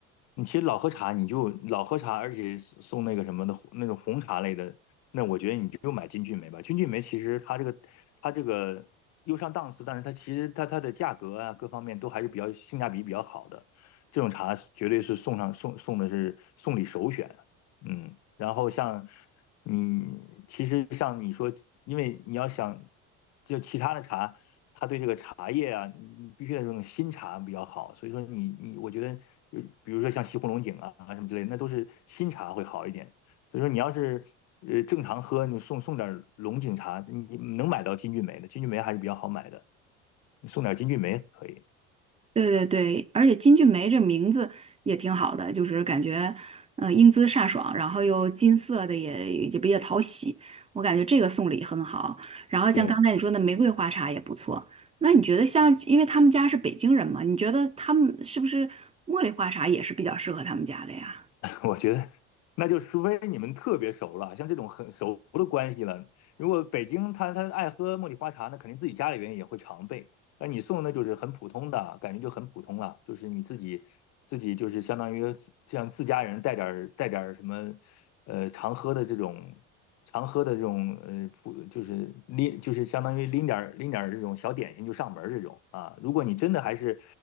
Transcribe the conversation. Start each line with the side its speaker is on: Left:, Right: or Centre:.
Left: 你其实老喝茶，你就老喝茶，而且送送那个什么的那种红茶类的，那我觉得你就买金骏眉吧。金骏眉其实它这个它这个又上档次，但是它其实它它的价格啊各方面都还是比较性价比比较好的，这种茶绝对是送上送送的是送礼首选啊。嗯，然后像你，其实像你说，因为你要想就其他的茶，它对这个茶叶啊，你你必须得用那种新茶比较好。所以说你你，我觉得，就比如说像西湖龙井啊什么之类的，那都是新茶会好一点。所以说你要是呃正常喝，你送送点龙井茶，你你能买到金骏眉的，金骏眉还是比较好买的，你送点金骏眉可以。
Right: 对对对，而且金俊梅这名字也挺好的，就是感觉，呃，英姿飒爽，然后又金色的也也比较讨喜，我感觉这个送礼很好。然后像刚才你说的玫瑰花茶也不错，
Left: 对。
Right: 那你觉得像，因为他们家是北京人嘛，你觉得他们是不是茉莉花茶也是比较适合他们家的呀？
Left: 我觉得那就除非你们特别熟了，像这种很熟的关系了。如果北京他他爱喝茉莉花茶，那肯定自己家里边也会常备。但你送的就是很普通的，感觉就很普通了，就是你自己自己就是相当于像自家人带点带点什么，呃，常喝的这种。常喝的这种呃普就是拎就是相当于拎点拎点这种小点心就上门这种啊，如果你真的还是